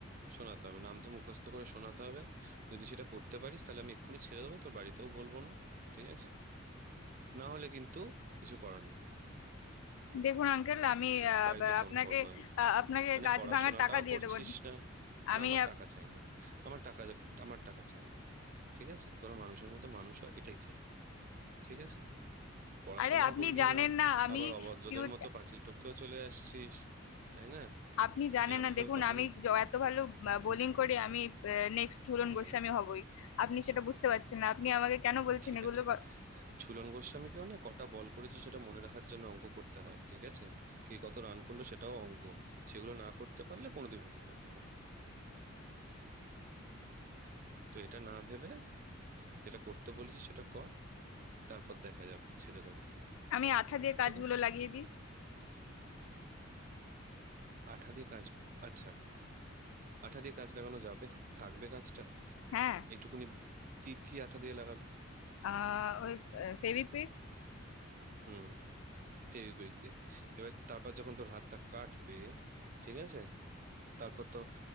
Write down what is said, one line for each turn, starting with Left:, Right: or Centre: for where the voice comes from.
Right: শোনাতে হবে নামটা মুখস্থ করে শোনাতে হবে যদি সেটা করতে পারিস তাহলে আমি এক্ষুনি ছেড়ে দেবো তোর বাড়িতেও বলবো না ঠিক আছে না হলে কিন্তু কিছু করার নেই
Left: দেখুন আঙ্কেল আমি আহ,
Right: বাড়িতে
Left: বা-
Right: ফোন
Left: আপনাকে
Right: করবো আমি
Left: আহ, আপনাকে
Right: মানে
Left: কাজ
Right: পড়াশোনাটাও
Left: ভাঙার টাকা দিয়ে
Right: করছিস
Left: দেবো
Right: না
Left: আমি
Right: না আমার
Left: আপ-
Right: টাকা চাই না আমার টাকা আমার টাকা চাই না ঠিক আছে তোরা মানুষের মতো মানুষ হ, এটাই চাই ঠিক আছে পড়াশোনাও
Left: আরে আপনি
Right: করবি
Left: জানেন
Right: না
Left: না আমি
Right: আবার অভদ্রদের
Left: পিউ-
Right: মতো পাঁচিল টপকেও চলে আসছিস তাই না
Left: আপনি জানেন
Right: এরম
Left: না
Right: ভাবে
Left: দেখুন
Right: তো হয়
Left: আমি
Right: না
Left: য- এত ভালো বোলিং করে আমি নেক্সট ঝুলন
Right: হুম
Left: গোস্বামী হবই আপনি সেটা বুঝতে পারছেন না আপনি আমাকে কেন বলছেন
Right: ঠিক
Left: এগুলো
Right: আছে
Left: ক-
Right: ঝুলন গোস্বামীকেও না কটা বল করেছে সেটা মনে রাখার জন্য অঙ্ক করতে হয় ঠিক আছে কে কত রান করলো সেটাও অঙ্ক সেগুলো না করতে পারলে কোনোদিন হতে পারবি না তো এটা না ভেবে যেটা করতে বলেছি সেটা কর তারপর দেখা যাবে ছেড়ে দেবো
Left: আমি আঠা দিয়ে কাজগুলো
Right: ঠিক আছে
Left: লাগিয়ে দিই
Right: আঠা দিয়ে কাজ কর। আচ্ছা আঠা দিয়ে কাজ লাগানো যাবে থাকবে কাজটা
Left: হ্যাঁ
Right: এইটুকুনি কি কি আঠা দিয়ে লাগাবি
Left: আহ ওই ফেভিকুইক
Right: হুম ফেভিকুইক দিয়ে এবার তারপর যখন তোর হাতটা কাটবে ঠিক আছে তারপর তো